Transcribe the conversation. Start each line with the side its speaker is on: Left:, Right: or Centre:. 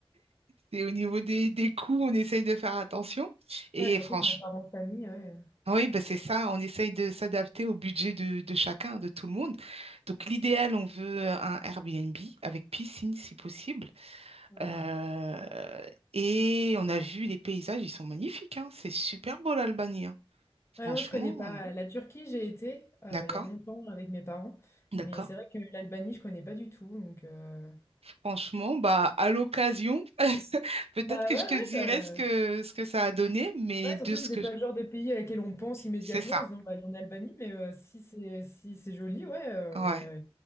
Right: Et au niveau des, des coûts, on essaye de faire attention. Et
Left: Ouais, surtout
Right: franchement,
Left: quand on part en famille, ouais.
Right: Oui, ben c'est ça, on essaye de s'adapter au budget de, de chacun, de tout le monde. Donc l'idéal, on veut un Airbnb avec piscine si possible.
Left: Ouais.
Right: Euh, et on a vu les paysages, ils sont magnifiques, hein. C'est super beau l'Albanie, hein.
Left: Ouais,
Right: Franchement,
Left: moi, je connais pas
Right: euh,
Left: la Turquie, j'ai été euh,
Right: d'accord,
Left: il y a longtemps avec mes parents,
Right: d'accord.
Left: mais c'est vrai que l'Albanie, je connais pas du tout. Donc, euh,
Right: Franchement, bah à l'occasion, <laughs> peut-être
Left: bah
Right: que
Left: ouais,
Right: je te
Left: ouais,
Right: dirai
Left: ça.
Right: ce que, ce que ça a donné, mais
Left: Ouais,
Right: de
Left: surtout
Right: ce
Left: que c'est
Right: que...
Left: pas le genre de pays à laquelle on pense immédiatement
Right: C'est ça,
Left: en se disant on va aller en Albanie, mais euh, si c'est si c'est joli, ouais, euh,
Right: ouais.
Left: et, euh,